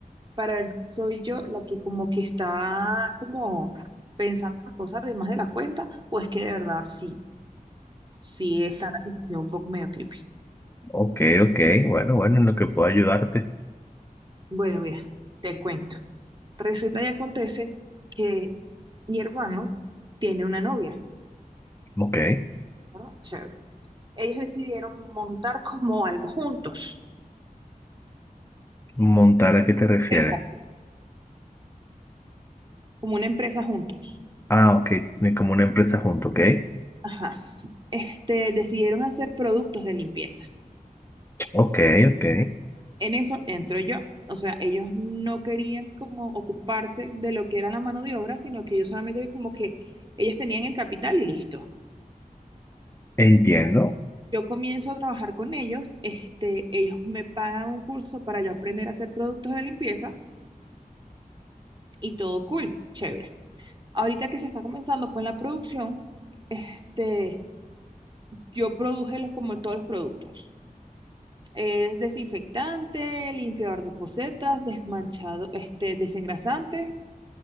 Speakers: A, on the right; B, on the left.
A: para ver si soy yo la que como que está como pensando las cosas de más de la cuenta o es que de verdad sí, sí está la situación un poco medio creepy.
B: Ok, ok. Bueno, bueno, en lo que puedo ayudarte.
A: Bueno, mira, te cuento. Resulta y acontece que mi hermano tiene una novia,
B: Ok.
A: ¿no? Chévere. ellos decidieron montar como algo juntos.
B: ¿Montar a qué te refieres?
A: Empresa, como una empresa juntos.
B: Ah, ok. ni Como una empresa junto, ok.
A: Ajá. Este, decidieron hacer productos de limpieza.
B: Ok, ok.
A: En eso entro yo. O sea, ellos no querían como ocuparse de lo que era la mano de obra, sino que ellos solamente como que ellos tenían el capital y listo.
B: Entiendo.
A: Yo comienzo a trabajar con ellos, este, ellos me pagan un curso para yo aprender a hacer productos de limpieza y todo cool, chévere. Ahorita que se está comenzando con la producción, este, Yo produje los- como todos los productos. Es desinfectante, limpiador de posetas, desmanchado, este, desengrasante,